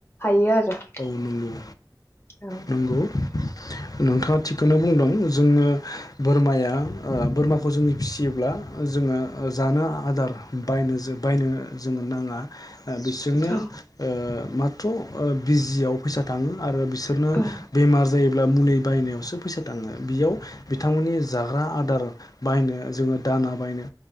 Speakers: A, on the left; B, on the left.
A: हायो आरो
B: औ नंगौ
A: औ
B: नंगौ नोंथाङा थिगखौनो बुंदों जोङो बोरमाया ओ बोरमाखौ जोंनि फिसियोब्ला जोङो जानो आदार बायनो बायनो जोङो नाङा ओ बिसोरनो
A: औ
B: ओ माथ्र' बिजियाव फैसा थाङो आरो बिसोरनो
A: औ
B: बेमार जायोब्ला मुलि बायनायावसो फैसा थाङो बेयाव बिथांमोननि जाग्रा आदार बायनो जोङो दाना बायनो